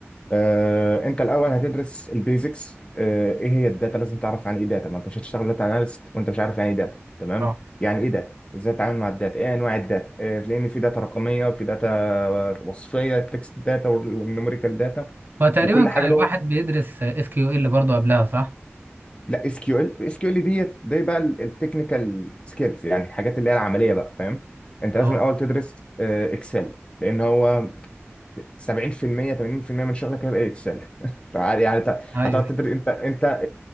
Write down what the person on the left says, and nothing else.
آه، انت الاول هتدرس البيزكس آه، ايه هي الداتا لازم تعرف عن ايه داتا ما انت مش هتشتغل داتا اناليست وانت مش عارف يعني ايه داتا تمام
يعني ايه داتا ازاي تتعامل مع الداتا ايه انواع الداتا آه، لان في داتا رقميه وفي داتا وصفيه تكست داتا والنوميريكال داتا
وكل
حاجه له
لا اس كيو ال اس كيو ال ديت دي بقى التكنيكال سكيلز يعني الحاجات اللي هي العمليه بقى فاهم انت
لازم الاول تدرس اكسل لان هو 70% 80% من شغلك هيبقى اكسل <laughs> تعال يعني انت
هتقعد
تدرس انت انت